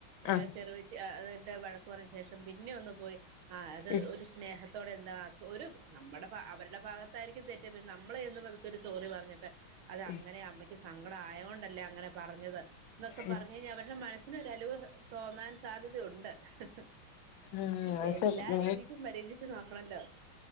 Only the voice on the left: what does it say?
ആഹ്
ഉം
ഉം
ഉം
ആഹ്
സത്യ